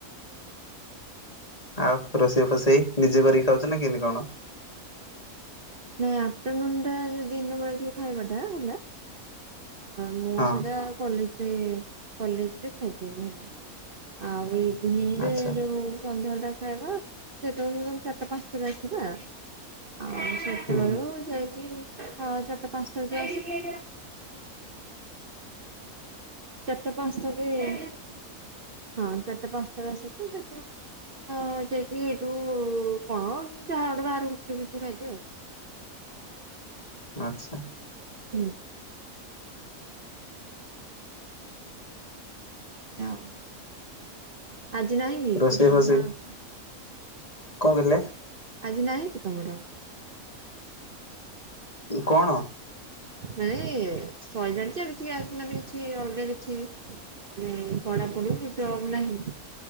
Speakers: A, on the left; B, on the right.
A: ଆଉ ରୋଷେଇ ଫୋସେଇ, ନିଜେ କରିକି ଖାଉଚ ନା କେମିତି କଣ?
B: ନାଇଁ ଆଫ୍ଟରନୁନ୍ ଟା ଯୋଉ ଦିନ ବେଳେ ଯୋଉ ଖାଇବାଟା ହେଲା ମୁଁ
A: ହଁ
B: ସେଇଟା କଲେଜରେ, କଲେଜରେ ଖାଇଦିଏ ହେଲା। ଆଉ ଇଭିନିଂରେ,
A: ଆଚ୍ଛା
B: ଯୋଉ ସନ୍ଧ୍ୟାବେଳଟା ଖାଇବା, ସେତେବେଳେ ଚାରିଟା ପାଞ୍ଚଟା ଆସିବା, ଆଉ
A: ହୁଁ
B: ଫେରିଲାବେଳୁ ଯାଇକି, ଚାରିଟା ପାଞ୍ଚଟା ହେଇଯାଉଚି। ଚାରଟା ପାଞ୍ଚଟା ରେ ହଁ, ଚାରି ଟା ପାଞ୍ଚ ଟାରେ ଆସେ ତ, ସେଥିପାଇଁ ହଁ ଯାଇକି ଏଇଠୁ କଣ, ଯାହା ଗୋଟେ ବାହାରୁ ଗୁପଚୁପ୍ ଫୁପଚୁପ୍ ଖାଇଦିଏ ଆଉ।
A: ଆଛା।
B: ହୁଁ। ଏଇଆ ଆଉ, ଆଜି ନାହିଁ କି,
A: ରୋଷେଇ
B: ସରିଗଲା
A: ଫୋଷେଇ
B: କଥା ନା ଅଛି?
A: କଣ କହିଲେ?
B: ଆଜି ନାହିଁ କି ତମର?
A: ଇଏ କଣ?
B: ନାଇଁ, ସଇଲାଣିଯେ, କିଛି <unintelligible> କିଛି ଅଲଗା କିଛି <unintelligible> ପଢାପଢି <unintelligible> ନାହିଁ।